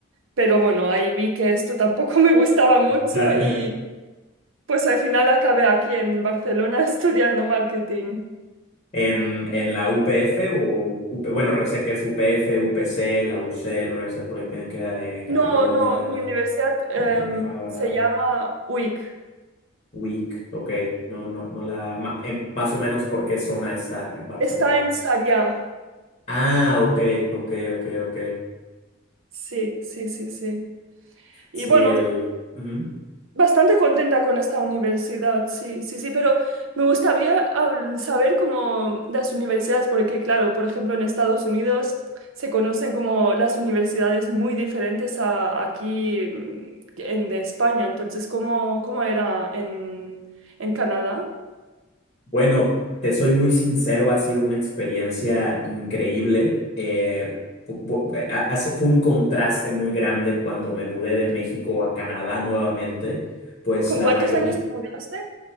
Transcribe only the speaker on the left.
<laughs>
¿En, en la UPF o UP bueno, sé que es UPF, UPC, la UC, la Universidad Politécnica de
Cataluña,
la
Pompeu Fabra,
UIC, ok, no, no, no la, ma- en- más o menos por qué zona está en Barcelona.
Ah, ok, ok, ok, ok.
Sí,
el... ujú.
Bueno, te soy muy sincero, ha sido una experiencia increíble. Eh, fu- fu- eh, ha- hace- fue un contraste muy grande cuando me mudé de México a Canadá nuevamente. Pues
la
mayor...